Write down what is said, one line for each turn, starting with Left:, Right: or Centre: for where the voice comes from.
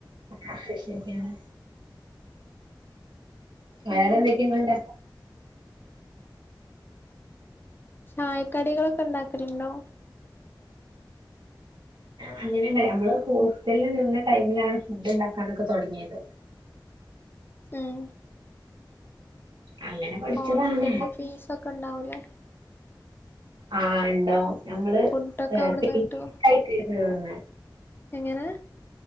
Right: ശ ശരിയാണ് വേറെന്തൊക്കെ
Left: അങ്ങനെ
Right: ഇങ്ങൾണ്ടാ
Left: ചായക്കടികളൊക്കെണ്ടാക്കലുണ്ടോ
Right: അങ്ങനെണ്ടേ അമ്മള് ഹോസ്റ്റലിൽ നിന്ന ടൈമിലാണ് ഫുഡ്ണ്ടാക്കാനൊക്കെ തുടങ്ങിയത്
Left: ഉം
Right: അങ്ങനെ പഠിച്ചതാണ്
Left: ഹോസ്റ്റലിന് ഫീസൊക്കെണ്ടാവൂലേ
Right: ആ ഇണ്ടാവും നമ്മള്
Left: ഫുഡൊക്കെ
Right: <unintelligible>
Left: അവിടുന്ന് കിട്ടുവോ എങ്ങനെ